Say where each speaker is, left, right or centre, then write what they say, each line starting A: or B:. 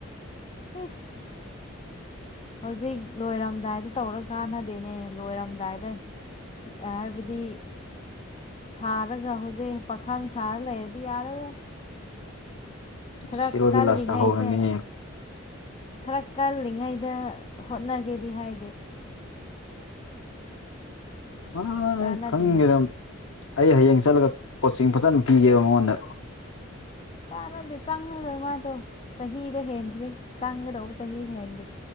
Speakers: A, on the left (about 25°); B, on the left (about 75°).
A: ꯏꯁ ꯍꯧꯖꯤꯛ ꯂꯣꯏꯔꯝꯗꯥꯏꯗ ꯇꯧꯔ ꯀꯥꯟꯅꯗꯦꯅꯦ ꯂꯣꯏꯔꯝꯗꯥꯏꯗ ꯍꯥꯏꯕꯗꯤ ꯁꯥꯔꯒ ꯍꯧꯖꯤꯛ ꯄꯥꯈꯥꯡ ꯁꯥꯔ ꯂꯩꯔ ꯑꯗꯤ ꯌꯥꯔꯔꯣꯏ ꯈꯔ
B: ꯍꯤꯔꯣꯗꯤ
A: ꯀꯜꯂꯤꯉꯩꯗ
B: ꯂꯥꯁ ꯇꯥꯍꯧꯔꯅꯤ
A: ꯈꯔ ꯀꯜꯂꯤꯉꯩꯗ ꯍꯣꯠꯅꯒꯦꯗꯤ ꯍꯥꯏꯗꯦ
B: <unintelligible>
A: ꯀꯥꯟꯅꯗꯦ
B: ꯑꯩ ꯍꯌꯦꯡ ꯆꯠꯂꯒ ꯀꯣꯆꯤꯡ ꯐꯖꯅ ꯄꯤꯒꯦꯕ ꯃꯉꯣꯟꯗ
A: ꯀꯥꯟꯅꯗꯦ ꯆꯪꯉꯔꯣꯏ ꯃꯥꯗꯣ ꯆꯍꯤꯗ ꯍꯦꯟꯈ꯭ꯔꯦ ꯆꯪꯒꯗꯧꯕ ꯆꯍꯤ ꯍꯦꯟꯅꯤ